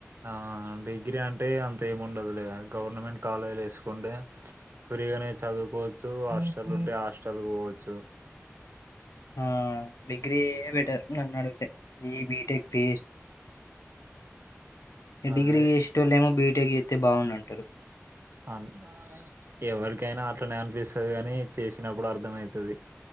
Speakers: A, on the right; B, on the left.
A: ఆ డిగ్రీ అంటే అంతేముండదులే గవర్నమెంట్ కాలేలిస్కుంటే ఫ్రీగానే చదువుకోవచ్చు హాస్టల్ ఉంటే హాస్టల్ పోవచ్చు
B: ఆ డిగ్రీ ఏ బెటర్ నన్ అడుగుతే ఈ బీటెక్ వేస్ట్ ఎ
A: అదే
B: డిగ్రీ ఎసేటోల్లేమో బీటెక్ ఎత్ తే భావున్నుంటారు
A: అంత్ అయ్ ఎవరికైనా అట్లనే అనిపిస్తది గాని చేసినప్పుడు అర్థమయిత్ అది